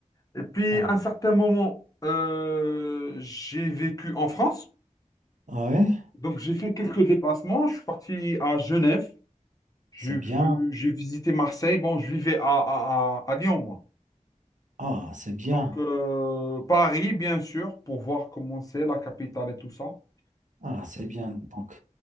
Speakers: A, on the left; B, on the right.
A: Et puis
B: Ah,
A: à un certain moment, euh, j'ai vécu en France.
B: ah ouais,
A: Donc j'ai fait quelques déplacements. Je suis parti à Genève. J'ai
B: c'est
A: vu,
B: bien.
A: j'ai visité Marseille. Bon, je vivais à, à, à- à Lyon, moi.
B: Ah, c'est bien.
A: Donc euh, Paris, bien sûr, pour voir comment c'est, la capitale et tout ça.
B: Ah, c'est
A: Euh,
B: bien. Donc,